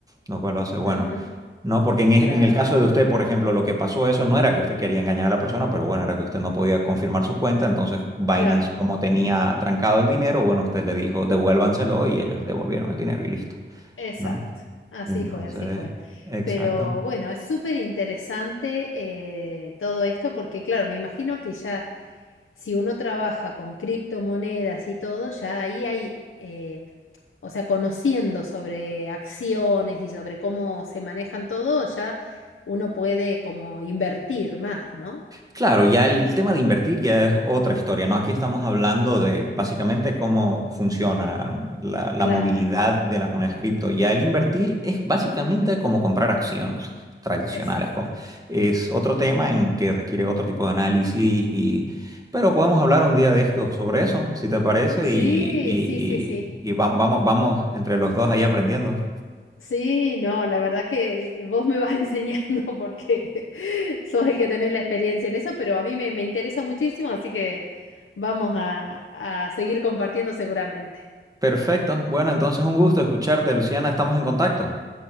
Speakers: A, on the right (about 15°); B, on the left (about 80°).
A: lo cual lo hace bueno.
B: ujú,
A: No, porque en, e-
B: Claro,
A: en el caso de usted, por ejemplo, lo que pasó eso no era que usted quería engañar a la persona, pero bueno, era que usted no podía confirmar su cuenta, entonces Binance,
B: claro.
A: como tenía trancado el dinero, bueno, usted le dijo devuélvanselo y ellos devolvieron el dinero y listo,
B: Exacto.
A: ¿no?
B: Así
A: Entonces,
B: fue, así fue.
A: exacto.
B: Pero bueno, es súper interesante eh, todo esto porque, claro, me imagino que ya... si uno trabaja con criptomonedas y todo, ya ahí hay, eh, o sea, conociendo sobre acciones y sobre cómo se manejan todo, ya uno puede como invertir más, ¿no?
A: Claro, ya el tema de invertir ya es otra historia, ¿no? Aquí estamos hablando de básicamente cómo funciona la, la
B: Claro,
A: movilidad de las monedas cripto. Ya el invertir es básicamente como comprar acciones tradicionales.
B: exacto.
A: como- es otro tema en que requiere otro tipo de análisis y, pero podemos hablar un día de esto sobre eso, si te parece,
B: Sí,
A: y, y-
B: sí, sí, sí.
A: y- y va- vamos, vamos entre los dos ahí aprendiendo.
B: Sí, no, la verdad que eh, vos me vas <laughs> enseñando porque <laughs> sos el que tenés la experiencia en eso, pero a mí me, me interesa muchísimo, así que vamos a a seguir compartiendo seguramente.
A: Perfecto. Bueno, entonces un gusto escucharte, Luciana. Estamos en contacto.